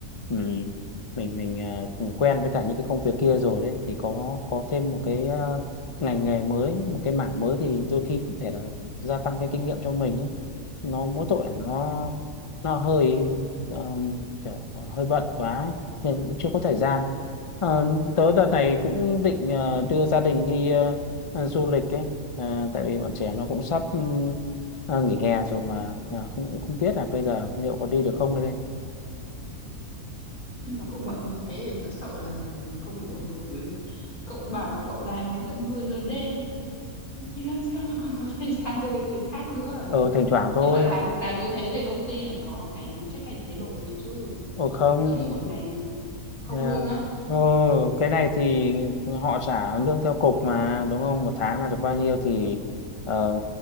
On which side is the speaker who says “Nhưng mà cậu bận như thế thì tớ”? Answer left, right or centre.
Left